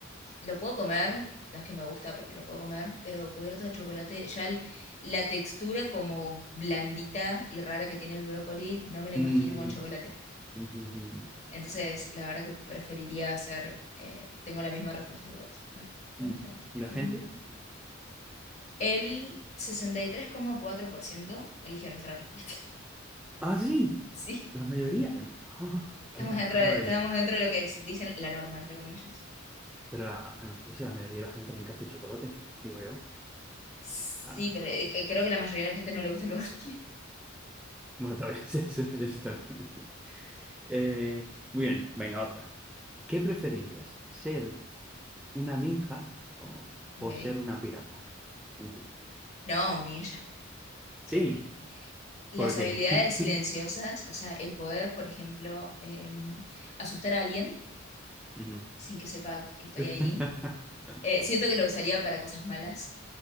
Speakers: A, on the left; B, in the centre.
A: lo puedo comer, no es que me gusta, pero lo puedo comer, pero cubierto de chocolate, ya el- la textura como blandita y rara que tiene el brócoli, no me la imagino
B: Mm,
A: con chocolate.
B: Ujú, ujú.
A: Entonces, la verdad que preferiría hacer, eh, tengo la misma respuesta que vos. A ver, ¿cuánta
B: Mm. ¿Y
A: gente?
B: la gente?
A: El 63,4% eligió nuestra respuesta. <laughs>
B: Ah, sí,
A: Sí,
B: la mayoría. ¡Ah!
A: estamos
B: qué
A: dentro
B: raro.
A: de, estamos
B: y-
A: dentro de lo que es- dicen la norma, entre comillas.
B: Pero ah, no sé si a la mayoría de la gente le encanta el chocolate, digo yo.
A: Sí,
B: Qué raro.
A: pero eh, eh, creo que la mayoría de la gente no le gusta el brócoli.
B: Bueno, también <laughs> eso, eso también. Eh, muy bien, venga, otra. ¿Qué preferirías? ¿Ser una ninja o,
A: <laughs> Ok.
B: o ser una pirata? Un pi-
A: No, un ninja,
B: Sí,
A: siempre. Las
B: ¿por
A: habilidades
B: qué? <laughs>
A: silenciosas, o sea, el poder, por ejemplo, em, asustar a alguien
B: Ujú.
A: sin que sepa que estoy
B: <laughs>
A: ahí Eh, siento que lo usaría para cosas malas.